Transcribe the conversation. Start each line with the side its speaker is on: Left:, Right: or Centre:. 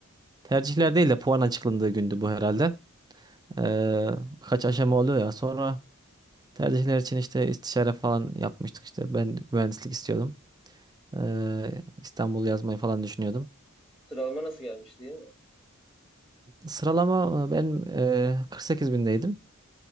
Right: Tercihler değil de puan açıklandığı gündü bu herhalde. Ee, birkaç aşama oluyor ya. Sonra tercihler için işte istişare falan yapmıştık işte. Ben mühendislik istiyordum. Ee, İstanbul yazmayı falan düşünüyordum.
Centre: Sıralama nasıl gelmiş değil mi?
Right: Sıralama e, benim e, 48 bindeydim.